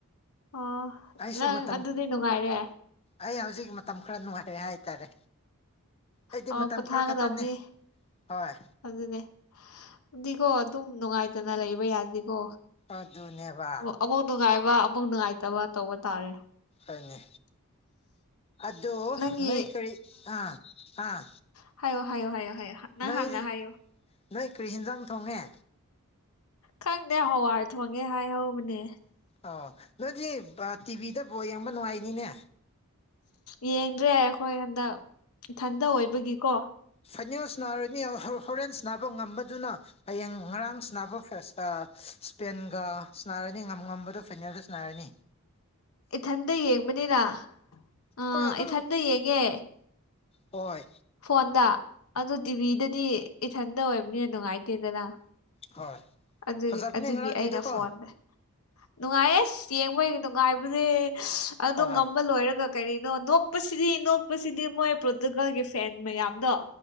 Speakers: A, on the left; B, on the left.
A: ꯑꯣ
B: ꯑꯩꯁꯨ
A: ꯅꯪ
B: ꯃꯇꯝ
A: ꯑꯗꯨꯗꯤ ꯅꯨꯡꯉꯥꯏꯔꯦ
B: ꯑꯩ ꯍꯧꯖꯤꯛ ꯃꯇꯝ ꯈꯔ ꯅꯨꯡꯉꯥꯏꯔꯦ ꯍꯥꯏꯇꯥꯔꯦ ꯑꯩꯗꯤ
A: ꯑꯣ
B: ꯃꯇꯝ
A: ꯄꯣꯊꯥꯒꯗꯕꯅꯤ
B: ꯈꯔ ꯈꯛꯇꯅꯤ ꯍꯣꯏ
A: ꯑꯗꯨꯅꯦ ꯑꯗꯨꯗꯤꯀꯣ ꯑꯗꯨꯝ ꯅꯨꯡꯉꯥꯏꯇꯅ ꯂꯩꯕ ꯌꯥꯗꯦꯀꯣ
B: ꯑꯗꯨꯅꯦꯕ
A: ꯑꯃꯨꯛ ꯅꯨꯡꯉꯥꯏꯕ ꯑꯃꯨꯛ ꯅꯨꯡꯉꯥꯏꯇꯕ ꯇꯧꯕ ꯇꯥꯔꯦ
B: ꯑꯗꯨꯅꯦ ꯑꯗꯨ
A: ꯅꯪꯒꯤ
B: ꯅꫭꯏ ꯀꯔꯤ ꯑꯥ ꯑꯥ
A: ꯍꯥꯏꯌꯨ ꯍꯥꯏꯌꯨ ꯍꯥꯏꯌꯨ ꯍꯥꯏꯌꯨ ꯅꯪ
B: ꯅꯣꯏ
A: ꯍꯥꯟꯅ ꯍꯥꯏꯌꯨ
B: ꯅꯣꯏ ꯀꯔꯤ ꯍꯦꯟꯖꯥꯡ ꯊꯣꯡꯉꯦ
A: ꯈꯪꯗꯦ ꯍꯋꯥꯏ ꯊꯣꯡꯉꯦ ꯍꯥꯏꯍꯧꯕꯅꯦ
B: ꯑꯣ ꯅꯣꯏꯗꯤ ꯇꯤꯚꯤꯗ ꯕꯣꯜ ꯌꯦꯡꯕ ꯅꯨꯡꯉꯥꯏꯅꯤꯅꯦ
A: ꯌꯦꯡꯗ꯭ꯔꯦ ꯑꯩꯈꯣꯏ ꯍꯟꯗꯛ ꯏꯊꯟꯗ ꯑꯣꯏꯕꯒꯤꯀꯣ
B: ꯐꯥꯏꯅ‌ꯦꯜꯁ ꯁꯅꯥꯔꯅꯤ ꯍꯣꯔꯦꯟ ꯁꯥꯟꯅꯕ ꯉꯝꯕꯗꯨꯅ ꯍꯌꯦꯡ ꯉꯔꯥꯡ ꯁꯅꯕ ꯐꯦꯁ ꯏꯁꯄꯦꯟꯒ ꯁꯥꯟꯅꯔꯅꯤ ꯉ ꯉꯝꯕꯗ ꯐꯥꯏꯅꯦꯜꯗ ꯁꯥꯟꯅꯔꯅꯤ
A: ꯏꯊꯟꯗ ꯌꯦꯡꯕꯅꯤꯅ ꯑ
B: ꯍꯣꯏ ꯑꯗꯨꯝ
A: ꯏꯊꯟꯗ ꯌꯦꯡꯉꯦ
B: ꯍꯣꯏ
A: ꯐꯣꯟꯗ ꯑꯗꯨ ꯇꯤꯚꯤꯗꯗꯤ ꯏꯊꯟꯇ ꯑꫭꯏꯕꯅꯤꯅ ꯅꯨꯡꯉꯥꯏꯇꯦꯗꯅ
B: ꯍꯣꯏ
A: ꯑꯗꯨꯒꯤ
B: ꯐꯖꯕꯅꯦ
A: ꯑꯗꯨꯒꯤ
B: ꯉꯔꯥꯡꯒꯤꯗꯨꯀꯣ
A: ꯑꯩꯅ ꯐꯣꯟꯗ ꯅꯨꯡꯉꯥꯏꯌꯦꯁ ꯌꯦꯡꯕ ꯅꯨꯡꯉꯥꯏꯕꯗꯤ ꯑꯗꯨ
B: ꯍꯣꯏ
A: ꯉꯝꯕ ꯂꯣꯏꯔꯒ ꯀꯔꯤꯅꯣ ꯅꯣꯛꯄꯁꯤꯗꯤ ꯅꯣꯛꯄꯁꯤꯗꯤ ꯃꯣꯏ ꯄ꯭ꯔꯣꯔꯇꯨꯒꯥꯜꯒꯤ ꯐꯦꯟ ꯃꯌꯥꯝꯗꯣ